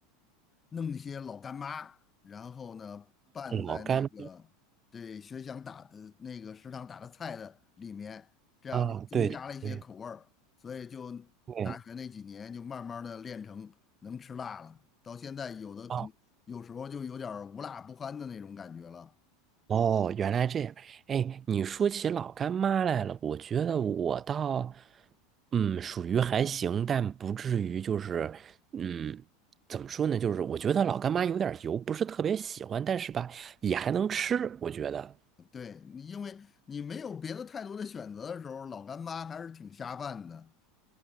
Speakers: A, on the left; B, on the right.
A: 弄一些老干妈，然后呢拌在那个对学校打的那个食堂打的菜的里面，
B: 老干
A: 这样就增加了一些口味儿，
B: 啊，对对对，
A: 所以就大学那几年就慢慢的练成能吃辣了，
B: 对
A: 到现在有的可能有时候就有点儿无辣不欢的那种感觉了。
B: 啊。哦哦，原来这样。哎，你说起老干妈来了，我觉得我倒，嗯，属于还行，但不至于就是，嗯，怎么说呢？就是我觉得老干妈有点油，不是特别喜欢，但是吧，也还能吃，我觉得。
A: 对，你因为你没有别的太多的选择的时候，老干妈还是挺下饭的。